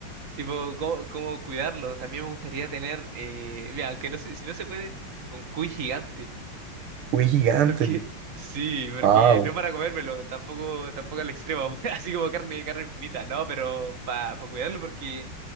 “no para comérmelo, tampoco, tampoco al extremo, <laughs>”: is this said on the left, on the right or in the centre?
Right